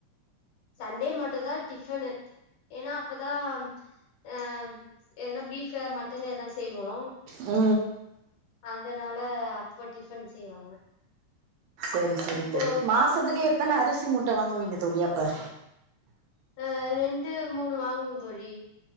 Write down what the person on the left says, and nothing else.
சண்டே மட்டுதா டிஃப்னு ஏனா அப்பதா அ ஏதனா பீஃபு மட்டனு எதனா செய்வோ
அதனால அப்போ டிஃபன் செய்வாங்க
இப்போ
அ ரெண்டு மூணு வாங்குவோ தோழி